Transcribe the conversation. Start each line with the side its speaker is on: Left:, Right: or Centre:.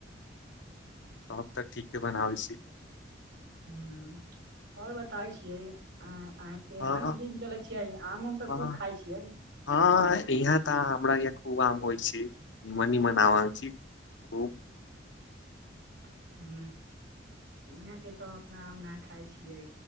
Left: हम तऽ ठीके बनाबै सी।
Right: ह आओर बताबै छियै अ आहंके
Left: हँ
Right: आम के दिन चले छियै। आमोम तऽ
Left: हँ
Right: खूब खाय छियै।
Left: हँ यहाँ तऽ हमरा य खूब आम होइ छै। निमनी मनाव छी। ओ <unintelligible>
Right: हू इहाँके तऽ ओतना आम ना खाइ छियै।